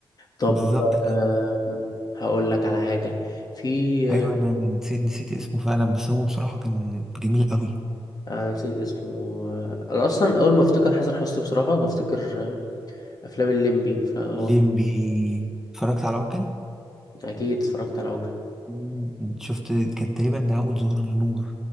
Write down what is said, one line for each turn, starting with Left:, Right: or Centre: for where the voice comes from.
Left: طب
Centre: <laughs> بالظبط
Left: آه هقول لك على حاجة في
Centre: ايوه
Left: آه
Centre: انا أنا نسيت نسيت اسمه فعلا بس هو بصراحة كان جميل قوي
Left: أنا نسيت اسمه آه، انا اصلا اول ما افتكر حسن حسني بصراحة بفتكر آه افلام الليمبي فهو
Centre: ليمبي اتفرجت على عوكل
Left: اكيد اتفرجت على عوكل
Centre: مم. شفت كان تقريبا ده اول ظهور لنور